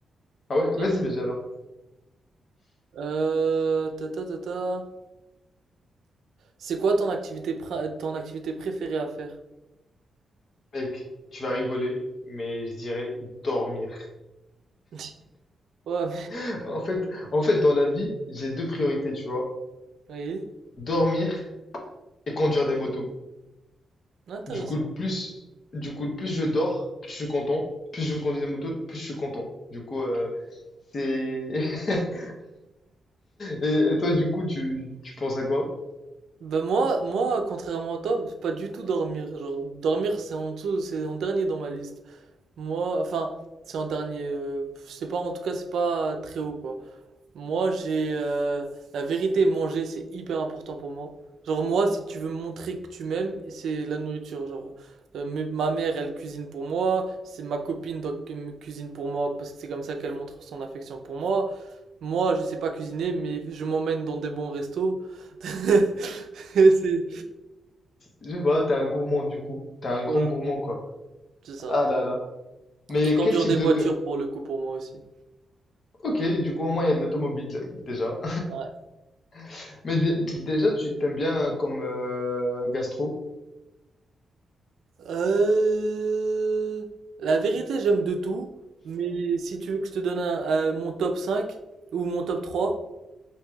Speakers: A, on the left; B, on the right.
A: Ah ouais,
B: C'est
A: vas-y,
B: un peu
A: vas-y
B: drôle.
A: alors.
B: Euh, ta ta ta ta. C'est quoi ton activité, pr- ton activité préférée à faire?
A: Mec, tu vas rigoler, mais je dirais dormir.
B: <laughs> Ouais,
A: <laughs> En fait, en fait, dans la vie, j'ai deux priorités, tu vois.
B: mais- oui,
A: Dormir et conduire des motos.
B: intéressant.
A: Du coup, le plus, du coup, le plus je dors, plus je suis content. Plus je conduis des motos, plus je suis content. Du coup, euh, c'est... <laughs> Et, et toi, du coup, tu, tu penses à quoi?
B: Bah moi, moi, contrairement à toi, pas du tout dormir. Genre, dormir, c'est en tout, c'est en dernier dans ma liste. Moi, enfin, c'est en dernier. euh, c'est pas, en tout cas, c'est pas très haut, quoi. Moi, j'ai euh, la vérité, manger, c'est hyper important pour moi. Genre moi, si tu veux me montrer que tu m'aimes, c'est la nourriture. Genre euh, mes- ma mère, elle cuisine pour moi, c'est ma copine donc elle me cuisine pour moi parce que c'est comme ça qu'elle montre son affection pour moi. Moi, je sais pas cuisiner, mais je m'emmène dans des bons restos. <laughs> C'est
A: Je vois, t'es un gourmand du coup. T'es un grand
B: voilà,
A: gourmand quoi.
B: c'est ça.
A: Ah là là. Mais
B: Et conduire
A: quel type
B: des
A: de...
B: voitures
A: ga-
B: pour le coup pour moi aussi.
A: Ok, du coup au moins il y a de l'automobile d- déjà.
B: Ouais.
A: <laughs> Mais dé- déjà tu t'aimes bien comme euh, gastro.
B: Euh, La vérité, j'aime de tout, mais si tu veux que je te donne un- euh, mon top 5 ou mon top 3